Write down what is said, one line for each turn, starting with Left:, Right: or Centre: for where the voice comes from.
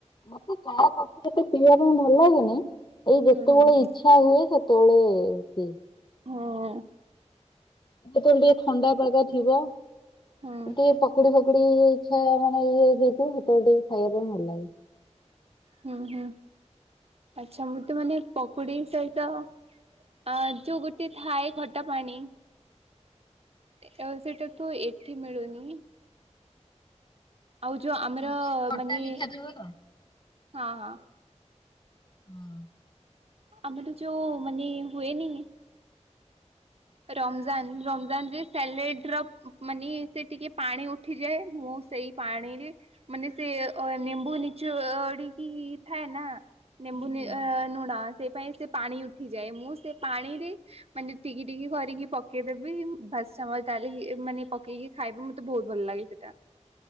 Left: ମତେ ଚା କଫି ଏତେ ପିଇବା ପାଇଁ ଭଲ ଲାଗେନି। ଏଇ ଯେତେବେଳେ
Right: ହୁଁ ହୁଁ ହୁଁ
Left: ଇଚ୍ଛା ହୁଏ। ସେତେବେଳେ ପିଏ।
Right: ହୁଁ।
Left: ଯେତେବେଳେ ଟିକେ ଥଣ୍ଡା ପାଗ ଥିବ
Right: ହୁଁ
Left: ଟିକେ ପକୁଡି ଫକୁଡି ଇଛା ମାନେ ଇଏ ହେଇଥିବ ସେତେବେଳେ ଟିକେ ଖାଇବା ପାଇଁ ଭଲ ଲାଗେ।
Right: ହୁଁ ହୁଁ ଆଚ୍ଛା ମୁଁ ତ ମାନେ ପକୁଡି ସହିତ ଆ ଯୋଉ ଗୋଟେ ଥାଏ ଖଟା ପାଣି ଏ ସେଇଟା ତୁ ଏଠି ମିଳୁନି। ଆଉ ଯୋଉ ଆମର
Left: ମାନେ ଟିକେ ଖଟା
Right: ମାନେ
Left: ମିଠା ଥିବ ତ।
Right: ହଁ ହଁ
Left: ହଁ।
Right: ଆମଠୁ ଯୋଉ ମାନେ ହୁଏନି ରମଜାନ ରମଜାନ ଯେ ସାଲେଡ ର ମାନେ ସେ ଟିକେ ପାଣି ଉ ଉଠି ଯାଏ ମୁଁ ସେଇ ପାଣିରେ ମାନେ ସେ ନିମ୍ୱୁ ନିଚୋଡିକି ଥାଏ ନା ନେମ୍ବୁ
Left: ହୁଁ ହୁଁ
Right: ନୁଣା ସେଇ ପାଇଁ ସେ ପାଣି ଉଠିଯାଏ ମୁଁ ସେ ପାଣିରେ ମାନେ ଟିକେ ଟିକି କରରିକି ପକେଇଦେବି ଭସ ମାନେ ପକେଇକି ଖାଇବି ମତେ ବହୁତ ଭଲ ଲାଗେ ସେଇଟା।